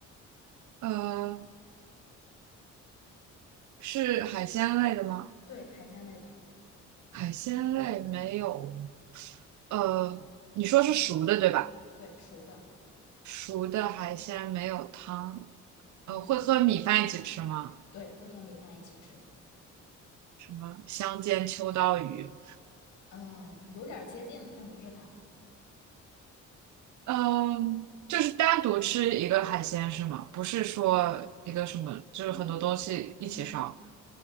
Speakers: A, on the right; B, on the left.
A: 呃，是海鲜类的吗？
B: 对，海鲜类的，
A: 海鲜类没有。呃，你说是熟的对吧？
B: 对，熟的。
A: 熟的海鲜没有汤。
B: 嗯，
A: 呃，会和米饭一起吃吗？
B: 对，会和米饭一起吃。
A: 什么香煎秋刀鱼？
B: 呃，有点儿接近了，但不是它。
A: 嗯，就是单独吃一个海鲜是吗？不是说一个什么，就是很多东西一起烧
B: 一，嗯，